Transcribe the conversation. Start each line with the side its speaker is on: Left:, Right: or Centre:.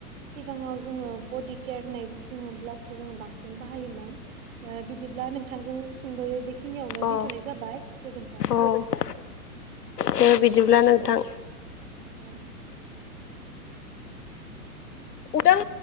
Right: सिगाङाव जोङो बडि केयार होननाय जोङो ब्ला उस जों बांसिन बाहायोमोन बिदिब्ला नोंथांजों। सुंदयै बि खिनियावनो
Left: औ
Right: दोनथ'नाय जाबाय गोजोन्थों
Left: औ दे बिदिब्ला नोंथां
Right: औ दे।
Left: उदां